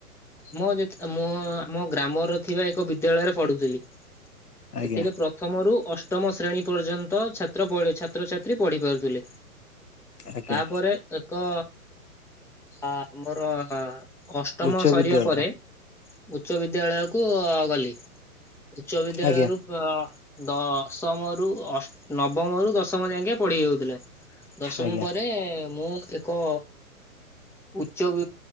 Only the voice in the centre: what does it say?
ମୁଁ ଯେତେ ମୁଁ ଆମ ଗ୍ରାମର ଥିବା ଏକ ବିଦ୍ୟାଳୟରେ ପଢୁଥିଲି। ସେଥିରେ
ପ୍ରଥମ ରୁ ଅଷ୍ଟମ ଶ୍ରେଣୀ ପର୍ଯ୍ୟନ୍ତ ଛା ତ୍ର ପଳି ଛାତ୍ରଛାତ୍ରୀ ପଢି ପାରୁଥିଲେ।
ତାପରେ ଏ କ ଆମର ଅଷ୍ଟମ
ସରିବା
ପରେ ଉଚ୍ଚ ବିଦ୍ୟାଳୟ କୁ ଗଲି ଉଚ୍ଚ ବିଦ୍ୟାଳୟରୁ
ଅ ଦଶମରୁ ଅସ୍ ନବମ ରୁ ଦଶମ ଯାଁକେ ପଢି ହଉଥିଲା। ଦଶମ
ପରେ ମୁଁ ଏ କ ଉଚ୍ଚ ବ